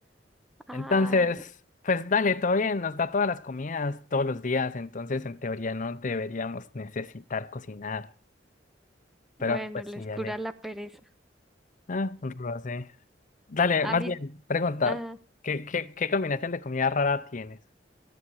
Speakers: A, in the centre; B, on the left (about 45°).
A: Ay,
B: Entonces, pues dale, todo bien, nos da todas las comidas todos los días, entonces en teoría no deberíamos necesitar cocinar, pero
A: bueno,
B: pues
A: les
B: sí, dale.
A: cura la pereza.
B: Ah, un roce. Dale,
A: A
B: más
A: mí,
B: bien, pregunta,
A: ah,
B: ¿qué, qué, qué combinación de comida rara tienes?